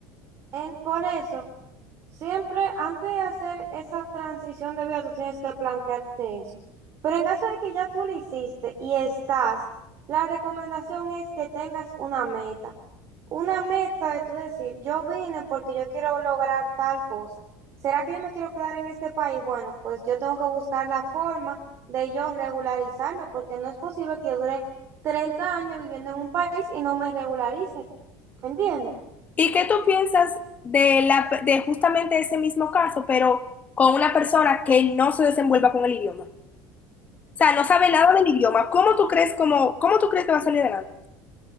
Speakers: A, on the right; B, on the left.
A: en, por eso Siempre antes de hacer esa transición de vida, tú tienes que plantearte eso. Pero en caso de que ya tú lo hiciste y estás, la recomendación es que tengas una meta. Una meta de tú decir, yo vine porque yo quiero lograr tal cosa. ¿Será que yo me quiero quedar en este país? Bueno, pues yo tengo que buscar la forma de yo regularizarme porque no es posible que yo dure 30 años viviendo en un país y no me regularice. ¿Entiendes?
B: ¿Y qué tú piensas de, la, de justamente ese mismo caso, pero con una persona que no se desenvuelva con el idioma? O sea, no sabe nada del idioma. ¿Cómo tú crees, cómo, cómo tú crees que va a salir adelante?